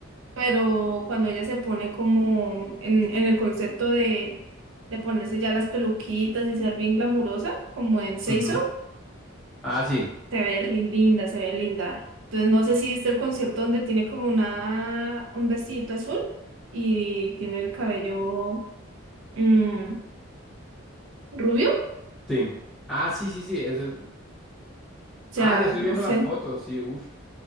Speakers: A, on the right (about 65°); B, in the centre.
A: pero cuando ella se pone como en, en el concepto de, de ponerse ya las peluquitas y ser bien glamurosa, como en Seiso,
B: Ujú. Ah, sí,
A: se ve ri- linda, se ve linda. Entonces no sé si viste el concierto donde tiene como una, un vestidito azul y tiene el cabello mm, rubio, o
B: sí. Ah, sí, sí, sí. ese-
A: sea,
B: Ah, ya estoy
A: no
B: viendo
A: sé,
B: las fotos, sí, uff.